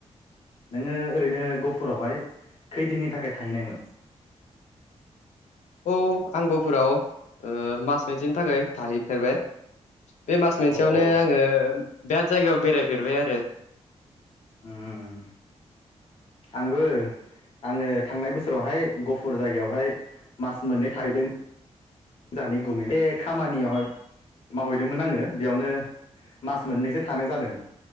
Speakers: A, on the left (about 55°); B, on the left (about 85°).
A: नोङो ओरैनो गहफुरावहाय खैदिननि थाखाय थाहैनायमोन?
B: औ आंगोफोराव ओ मास मोनसेनि थाखाय थाहैफेरबाय बे मास मोनसेयावनो
A: अ अ
B: आङो बिराद जायगायाव बेरायफेरबाय आरो
A: उम आंबो आङो थांनाय बोसोरावहाय गफुर जायगायावहाय मास मोननै थाहैदों जानाय गुमै दे खामानियावहाय मावहैदोंमोन आङो बेयावनो मास मोननैसो थानाय जादों